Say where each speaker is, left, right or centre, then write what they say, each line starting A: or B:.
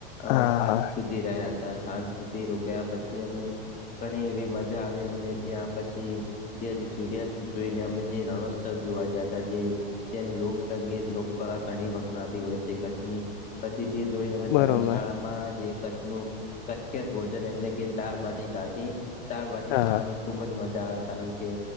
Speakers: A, on the left; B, on the left.
A: અમે
B: હા
A: સાંજ
B: હા
A: સુધી રહ્યા હતા સાંજ સુધી રોકયા પછી અમે ઘણી એવી મજા આવે અમને ત્યાં પછી ત્યા સૂર્યાસ્ત જોઈને જે રણોત્સવ જોવા જયા હતા જે તેનું લોકસંગીત ઘણી વખણાતી હોય છે કચ્છની પછી તે જોઈને
B: બરોબર
A: ધર્મશાળામાં જે પ્રખ્યાત ભોજન એટલે કે દળબાટી ખાધી દળબાટી
B: હા
A: ખાવાની - ખુબ જ મજા આવે કારણ કે